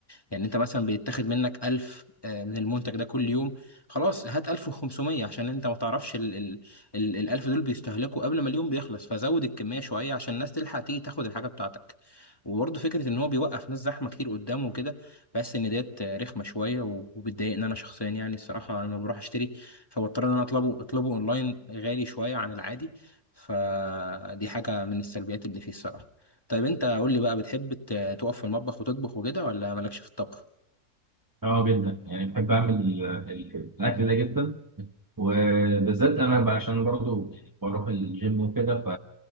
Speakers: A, on the left; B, on the right.
A: يعني انت مثلا بيتاخد منك 1000 آه، من المنتج ده كل يوم خلاص هات 1500 عشان انت ما تعرفش ال ال ال ال 1000 دول بيستهلكوا قبل ما اليوم بيخلص فزود الكمية شوية عشان الناس تلحق تيجي تاخد الحاجة بتاعتك وبرضه فكرة ان هو بيوقف ناس زحمة كتير قدامه وكده بس ان ديت آه، رخمة شوية و- وبتضايقني انا شخصيا يعني الصراحة انا لما بروح اشتري فبضطر ان انا اطلبه اطلبه اونلاين غالي شوية عن العادي فدي حاجة من السلبيات اللي فيه الصراحة طيب انت قول لي بقى بتحب ت- تقف في المطبخ وتطبخ وكده ولا مالكش في الطبخ
B: اه جدا يعني بحب اعمل ال- ال- الاكل ده جدا وبالذات انا بقى عشان برضو يعني بروح الجيم وكده ف